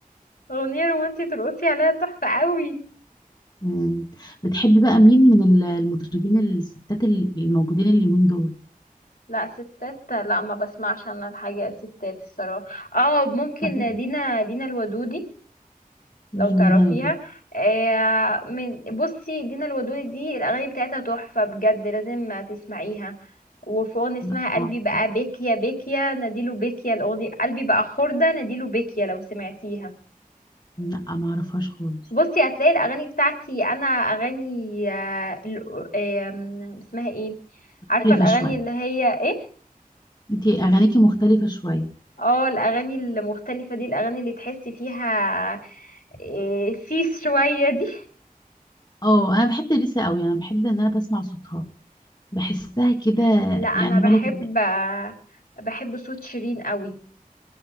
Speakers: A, on the left (about 75°); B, on the left (about 30°).
A: أغنية رومانسية ترقصي عليها تحفة قوي
B: مم. بتحبي بقى مين من ال- المطربين الستات ال- الموجودين اليومين دول
A: لا ستات لا ما بسمعش انا الحاجة ستات الصراحة اه ممكن
B: مثلا
A: دينا دينا الودودي لو
B: مين
A: تعرفيها
B: دينا ودود
A: آه، من بصي دينا الودودي دي الأغاني بتاعتها تحفة بجد لازم تسمعيها وفي أغنية اسمها
B: لا ما
A: قلبي
B: اعرفهاش
A: بقى بيكيا بيكيا نديله بيكيا الأغنية قلبي بقى خردة نديله بيكيا لو سمعتيها
B: لا ما اعرفهاش خالص
A: بصي هتلاقي الاغاني بتاعتي انا اغاني آه، ل- آم، اسمها ايه
B: مختلفة
A: عارفه الاغاني
B: شوية
A: اللي هي ايه
B: انتي اغانيكي مختلفة شوية
A: اه الاغاني المختلفه دي الاغاني اللي تحسي فيها إيه سيس شويه دي
B: اه انا بحب اليسا قوي انا بحب ان انا بسمع صوتها بحسها كده
A: لا انا
B: يعني
A: بحب
B: ملكة ال-
A: آه، بحب صوت شيرين قوي